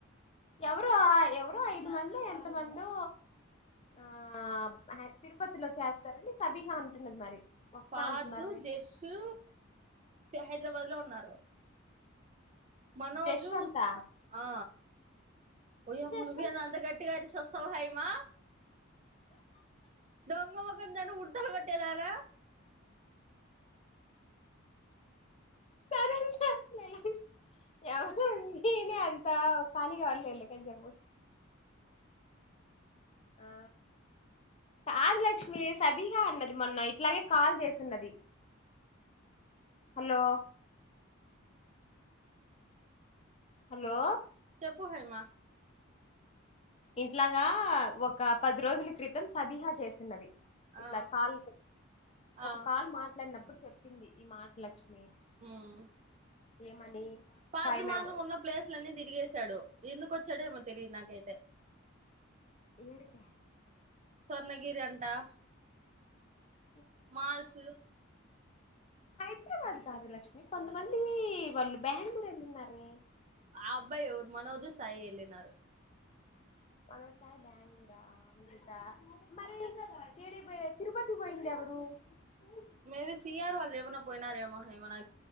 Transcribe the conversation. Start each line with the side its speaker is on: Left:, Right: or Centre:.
Left: ఎవరో ఎవరో ఐదు మందో ఎంత మందో ఆ హై తిరుపతిలో చేస్తారని తబీహా అంటున్నది మరి వస్తా
Right: పాదు
Left: అంటున్నారు రేపు
Right: జేషు తే హైద్రాబాద్ లో ఉన్నారు. మనోజుస్
Left: జశ్వంత
Right: ఆ ఓయమ్మా
Left: జస్వంత్
Right: నువ్వేనా అంత గట్టిగ్ అరస్ ఒసావ్ హైమా దొంగ ముఖందాన ఉడతల్ వట్టేదాన
Left: సరే సరే లే లాహిష్ ఎవరది హినే అంత ఖాలిగా వర్లే ఇల్లకేల్చి ఎవర్ ఆ పాద్ లక్ష్మి సబిహా అన్నది మొన్న ఇట్లాగే కాల్ జేసున్నది. హలో హలో
Right: పో హైమా
Left: ఇంట్లాగా ఒక పది రోజుల క్రితం సబీహా చేసినది
Right: ఆ
Left: ఇట్లా కాల్
Right: ఆ
Left: ఒక మాట్లాడినప్పుడు చెప్పింది ఈ మాట లక్ష్మి
Right: ఉమ్
Left: ఏమని
Right: పాతమాత్ర
Left: ఫైవ్ మేమ్
Right: ఉన్న ప్లేస్లన్నీ తిరిగేశాడు ఎందుకు వచ్చాడేమో తెలియదు నాకైతే
Left: ఏడుక
Right: స్వర్ణగిరి అంటా
Left: ఓ
Right: మాల్స్
Left: హైదరాబాద్ కాదు లక్ష్మి కొంతమంది వాళ్ళు బెంగళూరు వెళ్ళ ఉన్నారే
Right: ఆ అబ్బాయి ఎరు మనోజ సాయి వెళ్ళినారు
Left: <unintelligible> <unintelligible>
Right: మేబ సీఆర్ వాళ్ళు ఏమన పోయినాారేమ హ ఏమనా